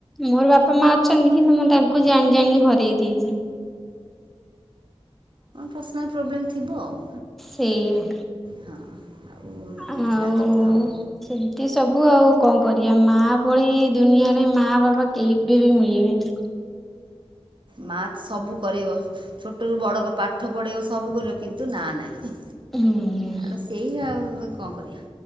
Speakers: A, in the centre; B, on the right (about 50°).
A: ମୋର ବାପା ମା ଅଛନ୍ତି କିନ୍ତୁ ମୁଁ ତାଙ୍କୁ ଜାଣି ଜାଣି ହରାଇ ଦେଇଚି।
B: ପର୍ସନାଲ ପ୍ରୋବ୍ଲେମ ଥିବ ଆଉ।
A: ସେଇଆ।
B: ହଁ ଆଉ
A: ଆଉ
B: ଏଇଭଳିଆ କଥା ଆଉ
A: ସେମିତି ସବୁ ଆଉ କଣ କରିବା ମା ଭଳି ଦୁନିଆରେ ମା ବାପା କେବେ ବି ମିଳିବେନି।
B: ମା ସବୁ କରିବ। ଛୋଟରୁ ବଡ଼କ ପାଠ ପଢ଼ିବ ସବୁ କରିବ କିନ୍ତୁ ନାଁ ନାହିଁ
A: ହୁଁ।
B: ଆଡ ସେଇୟା ଆଉ। କଣ କରିବା।